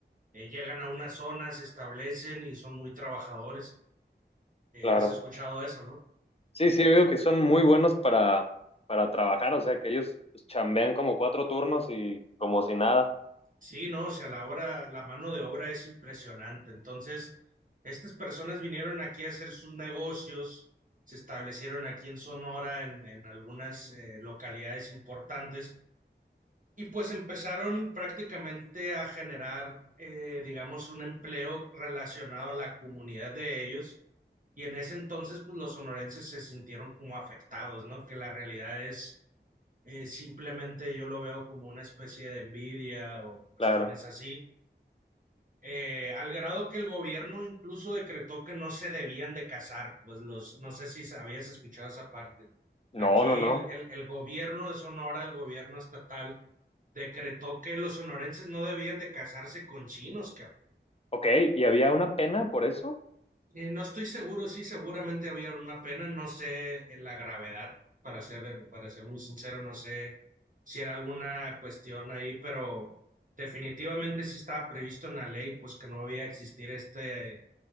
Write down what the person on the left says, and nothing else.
claro.
Sí, sí, he oído que son muy buenos para, para trabajar, o sea, que ellos pues, chambean como cuatro turnos y como si nada,
claro.
No,
no, no.
Ok, ¿y había una pena por eso?